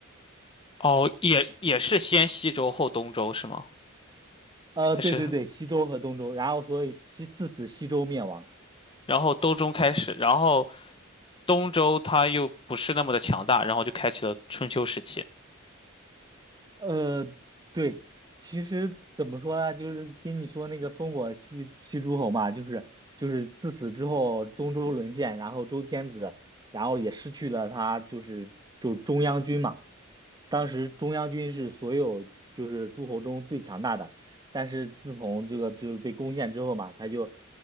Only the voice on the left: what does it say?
哦，也也是先西周后东周是吗？
还是
然后东周开始，然后东周他又不是那么的强大，然后就开启了春秋时期